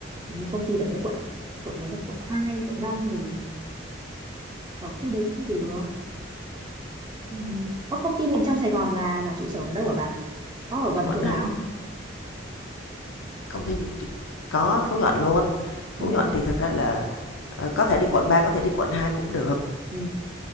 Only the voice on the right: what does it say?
hình như công ty đấy quận quận mấy nhỉ? quận hai quận ba mình ở khu đấy cũng được. Ừ. Ở công ty mình trong Sài Gòn là là trụ sở ở đâu hả bà? Có ở gần
chỗ
bà không?
Không nhận
không?
Ừ.